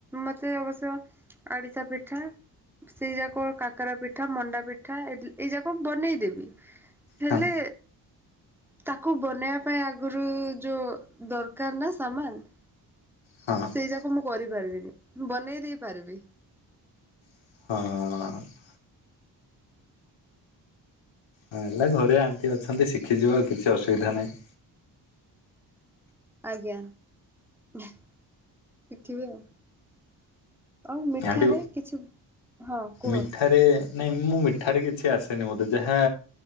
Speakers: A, in the centre; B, on the left.
A: ମତେ ଅବଶ୍ୟ ଆରିସା ପିଠା ସେଇ ଯାକ କାକରା ପିଠା ମଣ୍ଡା ପିଠା ଏଇ ଯାକ ବନେଇଦେବି ହେଲେ
B: ହଁ
A: ତାକୁ ବନେଇବା ପାଇଁ ଆଗରୁ ଯୋଉ ଦରକାର କାର ନା ସାମାନ
B: ହଁ
A: ସେଇ ଯାକୁ ମୁଁ କରିପାରିବିନି ବନେଇ ଦେଇପାରିବି।
B: ହଁ। ହଁ ହେଲା ଘରେ ଆଣ୍ଟି ଅଛନ୍ତି ଶିଖିଯିବ ଆଉ କିଛି ଅସୁବିଧା ନାହିଁ।
A: ଆଜ୍ଞା ଶିଖିବି ଆଉ। ଆଉ ମିଠାରେ
B: ଆଣ୍ଟି
A: କିଛି? ହଁ କୁହ
B: ମିଠାରେ ନାଇଁ ମୁଁ ମିଠାରେ କିଛି ଆସେନି ମତେ। ଯାହା